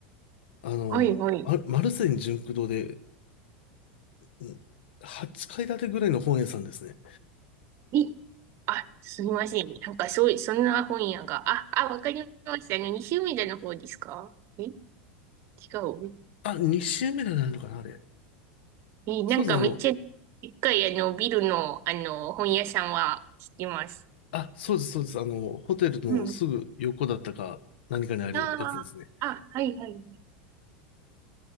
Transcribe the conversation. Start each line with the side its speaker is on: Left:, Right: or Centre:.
Left: あの、
Right: はいはい。
Left: あマルセン純駆堂で、うん。8階建てぐらいの本屋さんですね。
Right: え、あ、すみません。なんかそういう、そんな本屋が。あ、あ、わかりました。あの、西梅田の方ですかえ、違う。
Left: あ、2周目でなるのかな、あれ。
Right: え、なんかめっちゃ、
Left: そうです、あの、
Right: でっかいあの、ビルの、あの、本屋さんは知ってます。
Left: あ、そうです、そうです。あの、ホテルのすぐ横だったか、
Right: うん。
Left: 何かにあるやつですね。
Right: ああ、あ、はいはい。